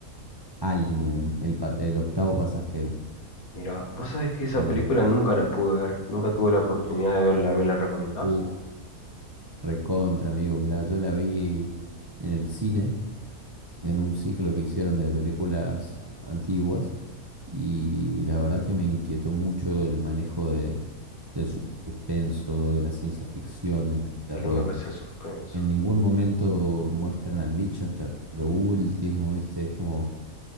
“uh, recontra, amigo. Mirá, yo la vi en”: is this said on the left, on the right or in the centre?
Right